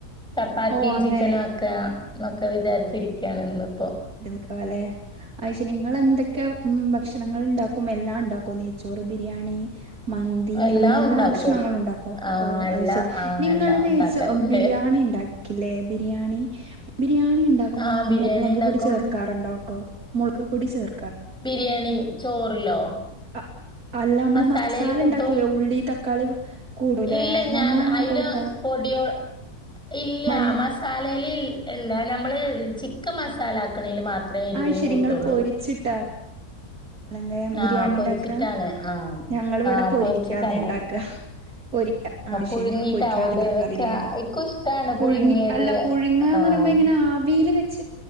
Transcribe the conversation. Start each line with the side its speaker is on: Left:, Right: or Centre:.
Centre: ചപ്പാത്തിയും
Right: ഓ അങ്ങനെ
Centre: ചിക്കനും ആക്കുകാ എന്നൊക്കെ വിചാരിച്ചിരിക്കാണ് ഇന്ന്പ്പോ
Right: <unintelligible> അയ്ശ് നിങ്ങള് എന്തെ ക്കെ ഉം ഭക്ഷണങ്ങൾ ഇണ്ടാക്കും എല്ലാം ഇണ്ടാക്കോ നെയ്ച്ചോറ് ബിരിയാണി മന്തി
Centre: എല്ലാം
Right: അങ്ങനെ എല്ലാ
Centre: ഉണ്ടാക്കും
Right: ഭക്ഷണങ്ങളും ഉണ്ടാക്കോ
Centre: ആഹ്
Right: ഓഹ്
Centre: എല്ലാ
Right: അത് ശരി
Centre: ആഹ്
Right: നിങ്ങള്
Centre: എല്ലാം
Right: നെയ്
Centre: ഉണ്ടാക്കല്ണ്ട്
Right: ചോ ബിരിയാണി ഇണ്ടാ ക്കില്ലേ ബിരിയാണി ബിരിയാണി ഉണ്ടാക്കുമ്പോ
Centre: ആഹ്
Right: നിങ്ങള്
Centre: ബിരിയാണി
Right: മൊളക്
Centre: ഇണ്ടാക്കും
Right: പൊടി ചേർക്കാറുണ്ടോ <unintelligible> മൊളക് പൊടി ചേർ
Centre: ബിരിയാണി ചോറിലോ
Right: അഹ് അല്ല അമ്മള്
Centre: മസാലേല്
Right: മസാല
Centre: കൂട്ടും
Right: ഇണ്ടാക്കൂലേ ഉള്ളി തക്കാളി കൂടൂലേ
Centre: ഇല്ല
Right: ഞങ്ങളങ്ങനെ
Centre: ഞാൻ അയില്
Right: കൂട്ടാറ്
Centre: പൊടിയോ ഇല്ല
Right: മല്ലി
Centre: മസ് സാലേല് ഇൽ ഇല്ല ഞമ്മള് ചിക്കൻ മസാല ആക്കണേല് മാത്രേ എരിവിന്
Right: അത് ശരി
Centre: കൂട്ടൂള്ളു
Right: നിങ്ങള് പൊരിച്ചിട്ടാ <unintelligible> ബിരിയാണി
Centre: ആഹ് പൊരിച്ചിട്ടാണ്
Right: ഇണ്ടാക്കാ
Centre: ആഹ്
Right: ഞങ്ങള് ഇവിടെ
Centre: ആഹ്
Right: പൊരിക്കാതെ
Centre: പൊരിച്ചിട്ടാ ഇണ്ടാക്ക
Right: ഇണ്ടാക്കാ പൊരിക്ക ആഹ് അത്
Centre: പുഴുങ്ങിട്ടാവൂല്ലേ
Right: ശരി ഞങ്ങള് പൊരിക്കാതെ ഇണ്ടാക്കാ
Centre: വെക്കാ
Right: ബിരിയാണി
Centre: ഇക്കും ഇഷ്ടാണ്
Right: പുഴുങ്ങി
Centre: പുഴുങ്ങിയത്
Right: അല്ല പുഴുങ്ങാന്ന്
Centre: ആഹ്
Right: പറയുമ്പോ എങ്ങനാ ആവിയില് വെച്ചി